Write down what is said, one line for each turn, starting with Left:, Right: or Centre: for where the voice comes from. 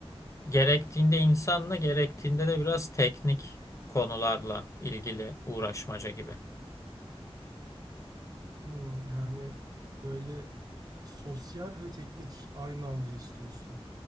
Left: Gerektiğinde insanla gerektiğinde de biraz teknik konularla ilgili uğraşmaca gibi.
Right: Hmm, yani böyle sosyal ve teknik aynı anda istiyorsun.